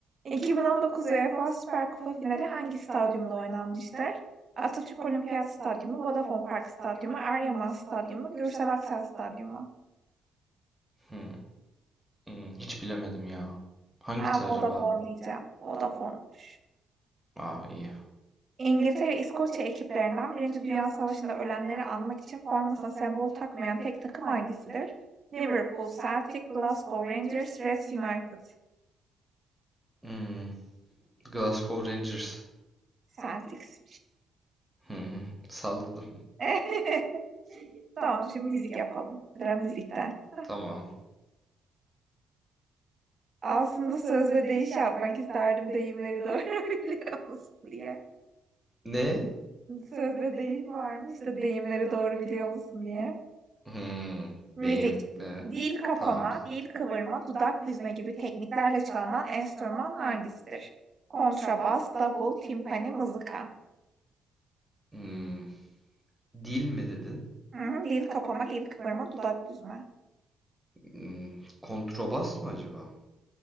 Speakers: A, on the right; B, in the centre.
A: 2019 UEFA Süper Kupa finali hangi stadyumda oynanmıştır? Atatürk Olimpiyat Stadyumu, Vodafone Park Stadyumu, Eryaman Stadyumu, Gürsel Aksel Stadyumu.
B: Hmm, hmm, hiç bilemedim ya. Hangisi
A: Ben Vodafone
B: acaba?
A: diyeceğim. Vodafone'muş.
B: Aa iyi.
A: İngiltere ve İskoçya ekiplerinden Birinci Dünya Savaşı'nda ölenleri anmak için formasına sembol takmayan tek takım hangisidir? Liverpool, Celtic, Glasgow Rangers, Leeds United.
B: Hmm, Glasgow Rangers.
A: Celtics.
B: Hmm, salladım.
A: <laughs> Tamam, şimdi müzik yapalım. Sıra müzikte. <laughs>
B: Tamam.
A: Aslında söz ve deyiş yapmak isterdim deyimleri doğru <laughs> biliyor musun diye.
B: Ne?
A: Söz ve deyim var mı işte deyimleri doğru biliyor musun diye.
B: Hmm,
A: Müzik,
B: deyim. Be.
A: dil kapama,
B: Tamam.
A: dil kıvırma, dudak büzme gibi tekniklerle çalınan enstrüman hangisidir? Kontrabas, davul, timpani, mızıka.
B: Hmm, dil mi dedin?
A: Hı, dil kapama, dil kıvırma, dudak büzme.
B: Hmm, kontrabas mı acaba?